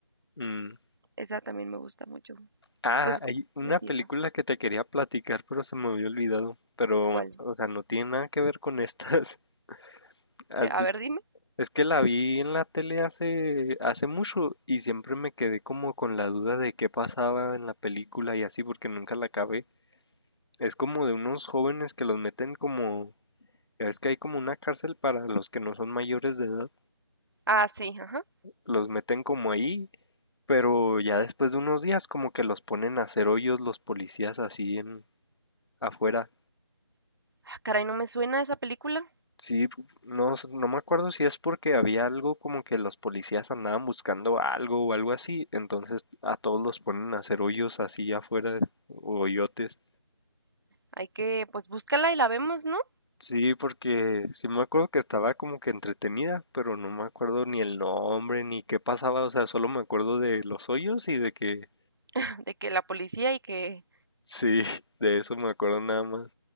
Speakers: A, on the left; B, on the right.
A: Mm,
B: Esa también me gusta mucho.
A: Ah,
B: Pues,
A: hay
B: ¿cómo
A: una
B: empieza?
A: película que te quería platicar, pero se me había olvidado. Pero,
B: ¿Cuál?
A: o sea, no tiene nada que ver con estas. <laughs> ¿Has,
B: De, a ver, dime.
A: Es que la vi en la tele hace, hace mucho y siempre me quedé como con la duda de qué pasaba en la película y así porque nunca la acabé. Es como de unos jóvenes que los meten como, ya ves que hay como una cárcel para los que no son mayores de edad,
B: Ah, sí, ajá.
A: los meten como ahí, pero ya después de unos días como que los ponen a hacer hoyos los policías así en afuera
B: Ah, caray, no me suena esa película.
A: Sí, pu- no, s- no me acuerdo si es porque había algo como que los policías andaban buscando algo o algo así, entonces a todos los ponen a hacer hoyos así afuera, o hoyotes.
B: Hay que, pues, búscala y la vemos, ¿no?
A: Sí, porque sí me acuerdo que estaba como que entretenida, pero no me acuerdo ni el nombre ni qué pasaba, o sea, solo me acuerdo de los hoyos y de que
B: <laughs> De que la policía y que...
A: sí, <laughs> de eso me acuerdo nada más.